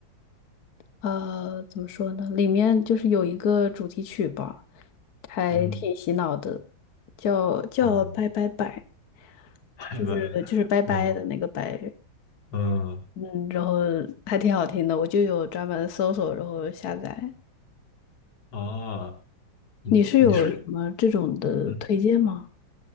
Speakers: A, on the left (about 55°); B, on the left (about 90°).
A: 呃，怎么说呢？里面就是有一个主题曲吧，还挺洗脑的，
B: 嗯
A: 叫叫拜拜拜，
B: 嗯，拜拜拜，
A: 就是就是拜拜的那个拜，
B: 嗯嗯
A: 嗯，然后还挺好听的，我就有专门搜索，然后下载。
B: 啊，你你是
A: 你是有什么这种的推荐吗？
B: 嗯，